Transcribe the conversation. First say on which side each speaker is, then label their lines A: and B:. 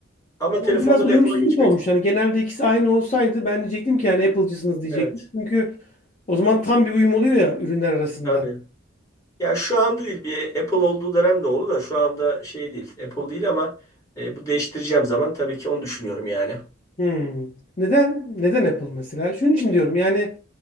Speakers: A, on the left; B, on the left.
A: ama
B: O
A: telefonda
B: biraz uyumsuzluk
A: da Apple'a geçmek...
B: olmuş. Hani genelde ikisi aynı olsaydı ben diyecektim ki yani Apple'cısınız diyecektim.
A: Evet.
B: Çünkü o zaman tam bir uyum oluyor ya ürünler arasında.
A: Tabii. Ya şu anda değil. Bir Apple olduğu dönem de oldu da şu anda şey değil. Apple değil ama e, bu değiştireceğim zaman tabii ki onu düşünüyorum yani.
B: Hmm. Neden? Neden Apple mesela? Şunun için diyorum yani